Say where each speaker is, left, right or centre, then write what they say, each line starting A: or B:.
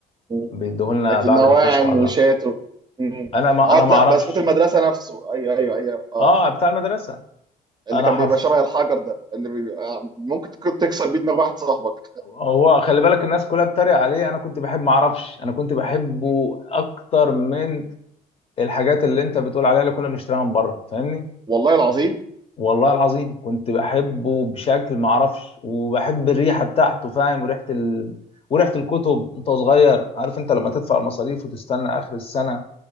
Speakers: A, on the right (about 25°); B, on the left (about 35°).
A: مم.
B: بيديهولنا
A: لكن
B: بعد
A: نواعم
B: الفسحه ولا
A: وشاتو مم.
B: انا ما
A: اه
B: انا ما
A: لا
B: اعرفش
A: بسكوت المدرسه نفسه ايوه ايوه ايوه اه
B: اه بتاع المدرسه
A: اللي
B: انا
A: كان
B: حرف
A: بيبقى شبه الحجر ده اللي بيبقى ممكن تك- تكسر بيه دماغ واحد صاحبك
B: هو خلي بالك الناس كلها بتتريق عليه انا كنت بحب ما اعرفش انا كنت بحبه اكتر من الحاجات اللي انت بتقول عليها اللي كنا بنشتريها من بره فاهمني
A: والله العظيم
B: والله العظيم كنت بحبه بشكل ما اعرفش وبحب الريحه بتاعته فاهم وريحه ال... وريحه الكتب انت صغير عارف انت لما تدفع المصاريف وتستنى اخر السنه